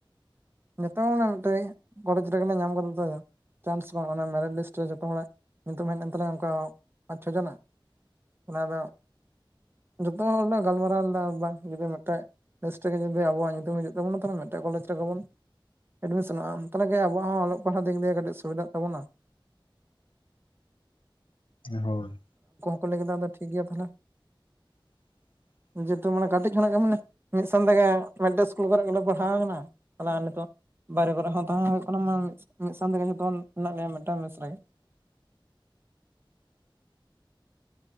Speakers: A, on the right; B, on the left.
A: ᱡᱚᱛᱚᱮ ᱢᱤᱫᱴᱮᱡ ᱠᱚᱞᱮᱡᱽ ᱨᱮᱜᱮᱞᱮ ᱧᱟᱢ ᱠᱟᱫᱟ ᱛᱟᱭ ᱫᱚ ᱪᱟᱱᱥ ᱵᱟᱝ ᱚᱱᱟ ᱢᱮᱨᱤᱴ ᱞᱤᱥᱴ ᱨᱮ ᱡᱚᱛᱚ ᱦᱚᱲᱟᱜ ᱧᱩᱛᱩᱢ ᱦᱮᱡᱱ ᱛᱟᱞᱮᱭᱟ ᱚᱱᱠᱟ ᱯᱟᱸᱪ ᱪᱷᱚ ᱡᱚᱱᱟᱜ ᱚᱱᱟ ᱫᱚ ᱡᱚᱛᱚ ᱦᱚᱲᱞᱮ ᱜᱟᱞᱢᱟᱨᱟᱣ ᱞᱮᱫᱟ ᱵᱟᱝ ᱡᱩᱫᱤ ᱢᱤᱫᱴᱮᱱ ᱱᱮᱥᱴ ᱜᱮ ᱡᱩᱫᱤ ᱟᱵᱚᱣᱟᱜ ᱧᱩᱛᱩᱢ ᱦᱤᱡᱩᱜ ᱛᱟᱵᱚᱱᱟ ᱛᱟᱦᱚᱞᱮ ᱢᱤᱫᱴᱮᱡ ᱠᱚᱞᱡᱽ ᱨᱮᱜᱮ ᱵᱚᱱ ᱮᱰᱢᱤᱥᱚᱱᱚᱜᱼᱟ ᱟᱢ ᱛᱟᱦᱚᱞᱱᱟᱜᱮ ᱟᱵᱚᱣᱟᱜ ᱦᱚᱸ ᱚᱞᱚᱜ ᱯᱟᱲᱦᱟᱜ ᱫᱤᱠ ᱫᱤᱭᱮ ᱠᱟᱹᱴᱤᱡ ᱥᱩᱵᱤᱫᱷᱟᱜ ᱛᱟᱵᱚᱱᱟ
B: ᱦᱳᱭ
A: ᱠᱚᱞᱮᱡ ᱠᱮᱫᱟ ᱟᱫᱚ ᱴᱷᱤᱠ ᱜᱮᱭᱟ ᱛᱟᱦᱚᱞᱮ
B: <inaudible>
A: ᱡᱮᱦᱮᱛᱩ ᱢᱟᱱᱮ ᱠᱟᱹᱴᱤᱡ ᱠᱷᱚᱱᱟᱜ ᱜᱮ ᱢᱟᱱᱮ ᱢᱤᱫ ᱥᱚᱝ ᱛᱮᱜᱮ ᱢᱤᱫᱴᱮᱱ ᱤᱥᱠᱩᱞ ᱠᱚᱨᱮ ᱜᱮᱞᱮ ᱯᱟᱲᱦᱟᱣ ᱠᱟᱱᱟ ᱛᱟᱦᱚᱞᱮ ᱱᱤᱛᱚᱜ ᱵᱟᱨᱨᱮ ᱠᱚᱨᱮᱜ ᱦᱚᱸ ᱛᱟᱦᱮᱸ ᱦᱩᱭᱩᱜ ᱠᱟᱱᱟ ᱢᱟ ᱢᱤᱫ ᱥᱟᱶ ᱛᱮᱜᱮ ᱡᱚᱛᱚ ᱢᱮᱱᱟᱜ ᱞᱮᱭᱟ ᱢᱤᱫᱴᱟᱝ ᱢᱮᱥ ᱨᱮᱜᱮ
B: <inaudible>